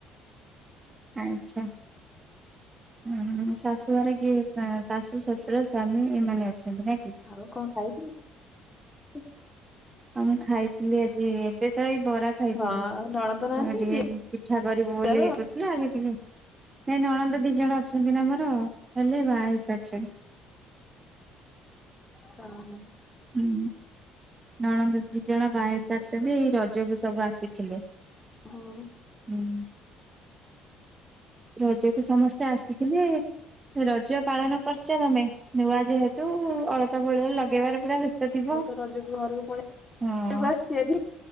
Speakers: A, on the right; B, on the left.
A: ଆଚ୍ଛା ହଁ ଶାଶୁଘରେ କିଏ ଶାଶୁ ଶଶୁର ସ୍ୱାମୀ ଏମାନେ ଅଛନ୍ତି। ନାଇଁ କି?
B: ଆଉ କଣ ଖାଇଥିଲ?
A: ହଁ ମୁଁ ଖାଇଥିଲି ଆଜି ଏବେ ତ ଏ ବରା ଖାଇଥିଲେ
B: ହଁ
A: ତ
B: ନଣନ୍ଦ ନାହାନ୍ତି
A: ଟିକେ ପିଠା ଗରିବ
B: ଦିଅର
A: ବୋଲି ଇଏ କରିଥିଲେ ଆଗେ ଟିକେ ନାଇଁ ନଣନ୍ଦ ଦି ଜଣ ଅଛନ୍ତି ନା ଆମର। ହେଲେ ବାଏସଚନ୍ <inaudible>
B: ହଁ
A: ହୁଁ ନଣନ୍ଦ ଦି ଜଣ ବାାଇ ସାରିଛନ୍ତି ରଜକୁ ସବୁ ଆସିଥିଲେ ହୁଁ
B: ଓହୋ
A: ରଜକୁ ସମସ୍ତେ ଆସିଥିଲେ। ରଜ ପାଳନ କରଛ କଣପାଇଁ ନୂଆ ଯେହେତୁ ଅଳକା ବୋଳି ବୋଳି ଲଗେଇବାରେ ପୁରା ବ୍ୟସ୍ତ ଥିବ
B: ମୁଁ ତ ରଜକୁ ଘରକୁ ପଳେଇ
A: ହଁ
B: ଘରକୁ ଆସିଛି ଆଜି